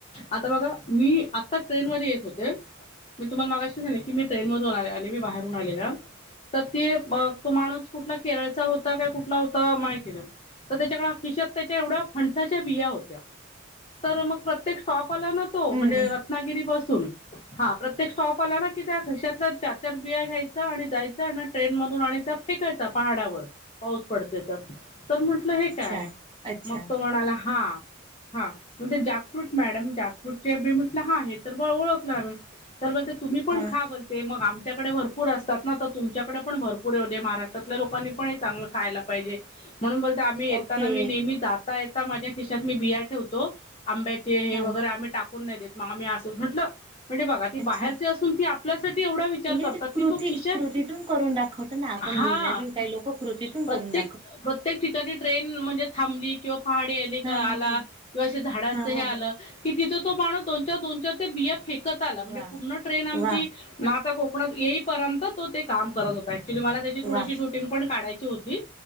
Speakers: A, on the left; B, on the right.
A: आता बघा मी आत्ता ट्रेन मध्ये येत होते. मी तुम्हाला मागाशी नाहीले की मी ट्रेन मधून आले मी बाहेरून आले का तर ते तो माणूस कुठला केरळचा होता काय कुठला होता माहिती तर त्याच्याकडे खिशात त्याच्या एवढ्या फन साच्या होत्या, तर मग प्रत्येक स्टपला ना तो
B: हम्म
A: म्हणजे रनागिरी पास सुन हा प्रत्येक स्टॉप आला ना कि त्या खीशाततल्या चार चार बिया घ्यायच आणि जायच आणि ट्रेन मधून आणि त्या फेकायचा पहाडावर पाऊस पडते तर, तर म्हंटलं हे काय?
B: अच्छा अच्छा
A: मग तो म्हणाला हा हा. जा्रूट मॅडम जा्रूट ब म्हटलं हा हे तर ब ओळखलं आम्ही. तर बोलते तुम्ही पण
B: हा
A: खा बोलते मग आम च्याकडे भरपूर असतात ना तर तुमच्याकडे पण भरपूर येव दे्या महाराष्ट्रातल्या लोकांनी पण हे चांगलं खायला पाहिजे. म्हणून बोलत आम्ही येताना
B: ओके
A: मी नेहमी जाता येता माझ्या खिशातत मी बियार ठेवतो. आंब्याचे हे
B: हा
A: वगैरे आम्ही टाकून नाही देत मग आम्ही असं म्हटलं म्हणजे बघा ती
B: अच्छा
A: बाहेरची असून ती आपल्यासाठी एवढा विचार
B: म्हणजे
A: करतात
B: ती कृती
A: की तो खिशात
B: कृतीतून करून दाखवत ना आपण
A: हा
B: बोलण्यातून काही लोक कृतीतून करूनव
A: प्रत्येक प्रत्येक ठिकाणी ट्रेन म्हणजे थांबली किंवा पहाडे आले का
B: हा हा
A: आला
B: हा
A: किंवा झाडांच
B: हा
A: हे
B: हा
A: आलं
B: हा
A: कि तिथ तो माणू दो दोन ते बिया फेकत आला म्हणजे
B: वा
A: पूर्ण ट्रेन आमची
B: वा
A: कोकणात येईपर्यंत तो ते काम करत होता ऍक्चुली मला त्याची थोडीशी
B: वा
A: शूटिंग पण काढायची होती